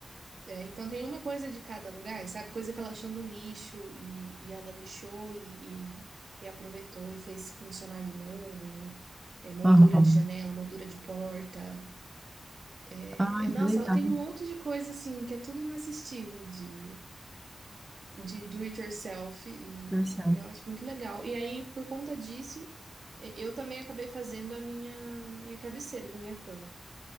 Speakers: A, on the right (about 80°); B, on the right (about 20°).
A: É, então, tem uma coisa de cada lugar, sabe? Coisa que ela achou no lixo e, e ela lixou e, e reaproveitou e fez funcionar de novo. É, moldura
B: Aham.
A: de janela, moldura de porta. É,
B: Ah,
A: é, nossa,
B: que legal,
A: ela tem um monte de coisa, assim, que é tudo nesse estilo de de do it yourself e
B: Marcelo.
A: eu acho muito legal. E aí, por conta disso, e- eu também acabei fazendo a minha, minha cabeceira da minha cama.